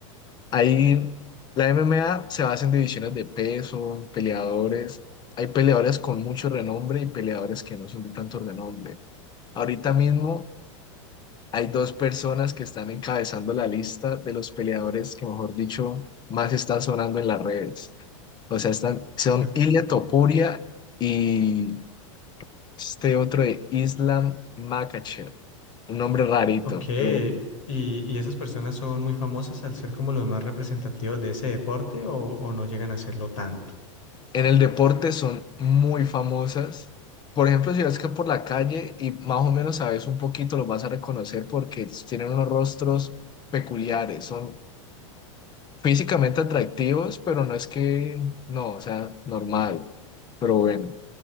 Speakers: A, on the left; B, on the left.
A: Ahí la MMA se basa en divisiones de peso, peleadores. Hay peleadores con mucho renombre y peleadores que no son de tanto renombre. Ahorita mismo hay dos personas que están encabezando la lista de los peleadores que, mejor dicho, más están sonando en las redes. O sea, están, son
B: <laughs>
A: Ilia Topuria y este otro de Islam Makhachev, un nombre rarito,
B: Ok,
A: pero
B: ¿Y, y esas personas son muy famosas al ser como los más representativos de ese deporte o, o no llegan a serlo tanto?
A: en el deporte son muy famosas. Por ejemplo, si vas que por la calle y más o menos sabes un poquito, los vas a reconocer porque tienen unos rostros peculiares, son físicamente atractivos, pero no es que, no, o sea, normal. Pero bueno,